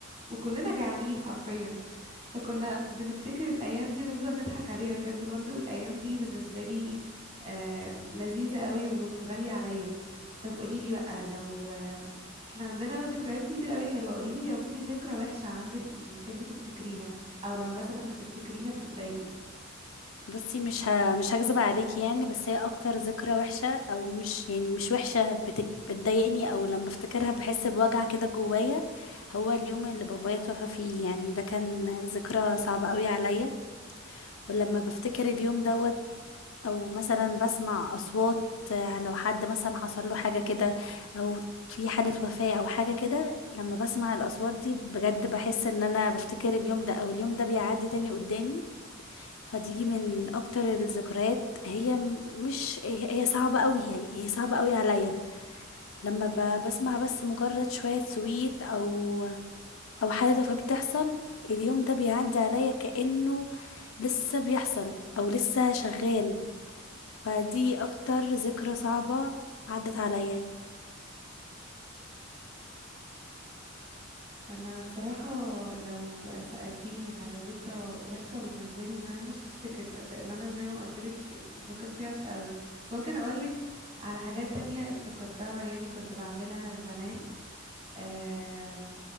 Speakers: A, on the right (about 30°); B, on the left (about 75°).
A: وكلنا جعانين حرفيا فكنا بنفتكر الايام دي ونفضل نضحك عليها بجد برضو الايام دي بالنسبه لي آه لذيذه قوي وغاليه عليا طب قوليلي بقى لو آه احنا عندنا بقى ذكريات كتير قوي حلوه قوليلي لو في ذكرى وحشه عندك مش بتحبي تفتكريها او لو مثلا بتفتكريها بتتضايقي
B: بصي مش ه... مش هكذب عليكي يعني بس هي اكتر ذكرى وحشة او مش يعني مش وحشة بت... بتضايقني او لما بفتكرها بحس بوجع كده جوايا هو اليوم اللي بابايا توفى فيه يعني ده كان ذكرى صعبة قوي عليا ولما بفتكر اليوم دوت او مثلا بسمع اصوات آه، لو حد مثلا حصل له حاجة كده او في حالة وفاة او حاجة كده لما بسمع الاصوات دي بجد بحس ان انا بفتكر اليوم ده او اليوم ده بيعدي تاني قدامي فدي من اكتر الذكريات هي م- مش هي هي صعبة قوي يعني هي صعبة قوي عليا لما ب- بسمع بس مجرد شوية سويت او او حاجه زي فبتحصل اليوم ده بيعدي عليا كانه لسه بيحصل او لسه شغال فدي اكتر ذكرى صعبه عدت عليا
A: انا بصراحة لو سألتيني على ذكرى وحشة بالنسبة لي زمان مش هفتكر لان انا زي ما قلت لك ذاكرتي وحشة قوي بس ممكن اقول لك على حاجات تانية افتكرتها يعني كنت بعملها زمان آم،